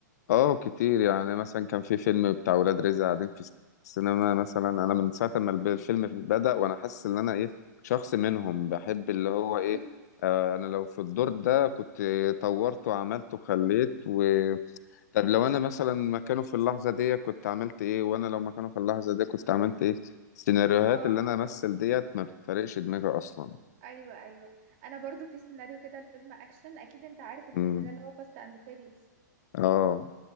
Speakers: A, on the left (about 60°); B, on the right (about 45°).
A: اه كتير يعني مثلا كان في فيلم بتاع ولاد رزق قاعدين في السينما مثلا انا من ساعه ما الب- الفيلم بدأ وانا حاسس ان انا ايه شخص منهم بحب اللي هو
B: <laughs>
A: ايه آه انا لو في الدور ده كنت طورت وعملت وخليت و... طب لو انا مثلا مكانه في اللحظه دي كنت عملت ايه وانا لو مكانه في اللحظه دي كنت عملت ايه السيناريوهات
B: اه
A: اللي انا امثل ديت ما بتفرقش دماغي اصلا
B: ايوه ايوه انا برضو في سيناريو كده الفيلم اكشن اكيد انت عارف الفيلم
A: امم
B: ده اللي هو فاست اند فيريوس
A: اه